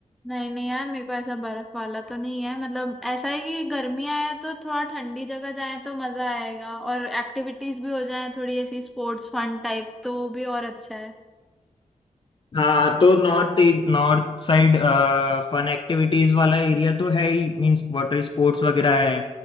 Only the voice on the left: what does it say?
हाँ तो north north side fun activities वाला एरिया तो है ही मींस वाटर स्पोर्ट्स वगैरह है